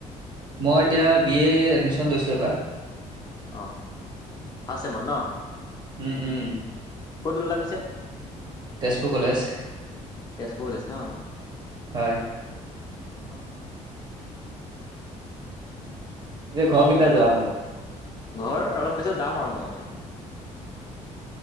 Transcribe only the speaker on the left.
অঁ। ফাৰ্ষ্ট চেমত ন?
ক'ত ল'লা পিছে?
তেজপুৰ কলেজ ন?
অঁ অঁ অঁ।
ঘৰ, অলপ পিছত যাম আৰু মই মানে।